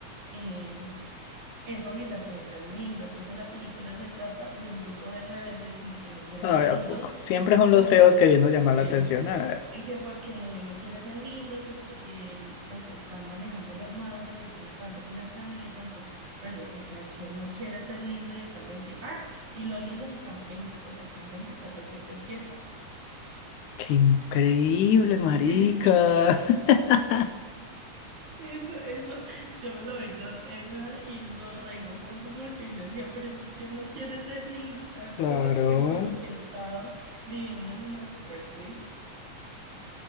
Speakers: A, on the right; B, on the left.
A: eh, es obligación ser lindo. Entonces la película se trata de un grupo de rebeldes como que no quieren
B: Ay,
A: ser lindos
B: ¿a poco? Siempre son
A: Porque,
B: los feos queriendo llamar
A: sí,
B: la atención. Ay,
A: y que porque no quieren ser lindos, que porque el- pues están manejando las masas y están acabando con el planeta, entonces, pero yo, o sea, ¿quién no quiere ser lindo y estar 20 Ah, y los lindos están 20 o sea, están veinticuatro siete en fiesta.
B: qué increíble, marica.
A: <laughs>
B: <laughs>
A: Eso, eso, yo me lo vi con Egna y nos reímos tanto porque yo decía, pero es que ¿quién no quiere ser lindo, estar
B: Claro.
A: todo el tiempo enfiestado, viviendo en una super suite?